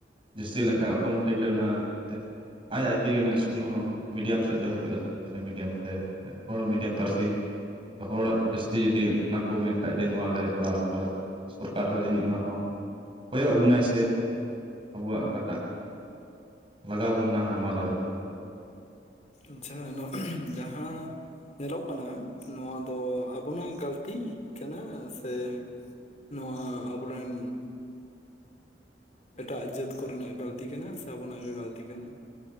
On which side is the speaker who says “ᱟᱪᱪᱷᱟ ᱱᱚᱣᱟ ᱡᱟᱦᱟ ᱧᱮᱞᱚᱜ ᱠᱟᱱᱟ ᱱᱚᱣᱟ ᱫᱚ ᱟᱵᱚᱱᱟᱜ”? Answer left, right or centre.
Left